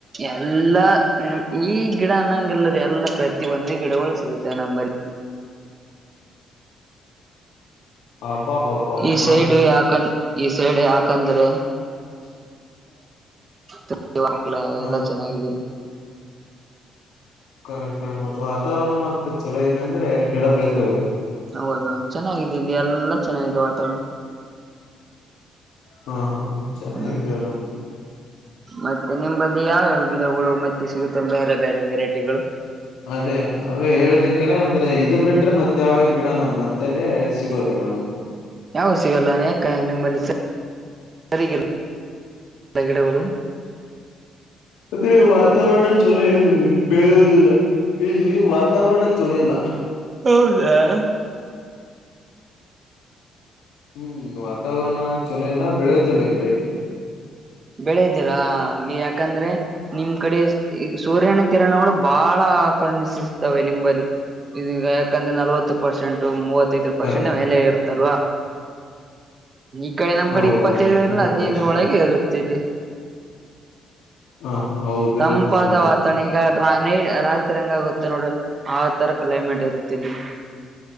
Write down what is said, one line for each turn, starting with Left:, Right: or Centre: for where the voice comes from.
Right: ಎಲ್ಲಾ ಈ ಗಿಡ ಅನ್ನಂಗಲ್ಲ ಎಲ್ಲ ಪ್ರತಿ ಒಂದು ಗಿಡಗಳು ಸಿಗುತ್ತೆ ನಂಬಲ್ಲಿ.
Left: ಅಬ್ಬಬ್ಬಬ್ಬಾ
Right: ಈ
Left: ಹಾ
Right: ಸೈಡ್
Left: ರೀ
Right: ಯಾಕನ್ ಈ ಸೈಡ್ ಯಾಕಂದ್ರೆ
Left: ಹ <inaudible>
Right: ಮಕ್ಳ ಎ <unintelligible>
Left: ಹಾ
Right: ಲ್ಲಾ ಚೆನ್ನಾಗಿದ್ದೀಲ್ಲಿ
Left: ಕರೆ ಕರಿ ಮ ವಾತಾವರಣ ಮತ್ತೆ ಚಲೋ ಇದೆ ಅಂದ್ರೆ ಗಿಡ ಬೆಳಿತಾವೆಇಲ್ಲಿ.
Right: ಹೌದೌದು, ಚೆನ್ನಾಗಿದ್ದೆ ಇಲ್ಲಿ ಎಲ್ಲಾ ಚೆನ್ನಾಗಿದೆ ವಾತಾವರಣ
Left: ಹಾ, ಹಾ, ಹಾ ಚನ್ನಾಗಿ
Right: ಹ್ಮ್
Left: ಆ
Right: ಮತ್ತೆ ನಿಮ್ಮಂಬಲ್ಲಿ ಯಾವ್ಯಾವ ಗಿಡಗಳು ಮತ್ತೆ ಸಿಗುತ್ತವೆ. ಬೇರೆ- ಬೇರೆ ವೆರೈಟಿಗಳು
Left: ಅದೇ, ಅವೇ ಹೇಳುದಕ್ಕೆ ಕರೆ ಅಂದ್ರೆ ಇ ಇದು ಬಿಟ್ರೆ ಮತ್ತ ಯಾವ ಗಿಡ ನಮ್ ಮಂತಲ್ಲೇ ಸಿಗೋದಿಲ್ಲ ನೋಡಿ.
Right: ಯಾವವುಸಿಗಲ್ಲ ಯಾಕ ನಿಂಬಲ್ಲಿ ಸರಿಯಾಗಿಲ್ಲ ಗಿಡಗಳುಗಳು.
Left: ಅದ್ರೆ ವಾತಾವರಣ ಚಲೋ ಇಲ್ಲ ಇಲ್ಲಿ ಬೆಳುದಿಲ್ಲ. ಇಲ್ಲಿ ವಾತಾವರಣ ಚೊಲೋ ಇಲ್ಲ.
Right: ಹೌದಾ, -
Left: ಹ್ಮ್ ವಾತಾವರಣ ಚೊಲ ಎಲ್ಲಾ ಬೆಳೆಯದಲ್ಲ ಗಿಡ
Right: ಬೆಳೆದಲ್ವಾ ಯಾಕಂದ್ರೆ ನಿಮ್ ಕಡೆ ಈ ಸೂರ್ಯನ ಕಿರಣಗಳು ಬಹಳ ಆಕರ್ಣಿಸಿಸ್ತವೆ ನಿಂಬಲ್ಲಿ ಇದೀಗ ಯಾಕಂದ್ರೆ ನಲವತ್ತು. ಪರ್ಸೆಂಟ್ ಮೂವತ್ತೈದು ಪರ್ಸೆಂಟ್
Left: ಕರೆ
Right: ಮೇಲೆ ಇರುತ್ತಲ್ವಾ. ಈ ಕಡೆ ನಮ್
Left: ಹೌದೌದು
Right: ಕಡೆ ಇಪ್ಪತ್ತೈದರಲ್ಲ
Left: ಇರುತ್ತೆ
Right: ಹದ್ಿನೈದರ
Left: ಅಷ್ಟೇ
Right: ಒಳಗೆ ಇರುತ್ತೆ ಇಲ್ಲಿ
Left: ಹಾ ಹಾ ಹೌದು
Right: ತಂಪಾದ
Left: ಇರುತ್ತದೆ ಇರುತ್ತದೆ
Right: ವಾತಾವರಣ ಈಗ ನೈ ರಾತ್ರಿ ಹಂಗ ಗೊತ್ತೆ ನೋಡ ಆ ತರ ಕ್ಲೈಮೆಟ್ ಇರ್ತ್ತಲ್ಲಿ